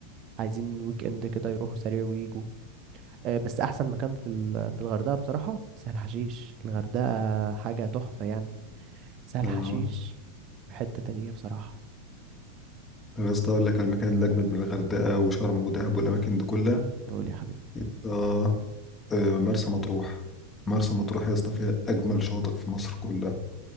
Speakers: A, on the right (about 35°); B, on the left (about 15°).
A: عايزين ويك إند كده يروحوا سريع ويجوا آه، بس أحسن مكان في ال- في الغردقة بصراحة سهل حشيش الغردقة حاجة تحفة يعني سهل
B: اه
A: حشيش في حتة تانية بصراحة
B: طب يا اسطى أقول لك على المكان اللي أجمد من الغردقة وشرم ودهب والأماكن دي كلها
A: قول يا حبيبي
B: يا اسطى آه، مرسى مطروح مرسى مطروح يا اسطى فيها أجمل شواطئ في مصر كلها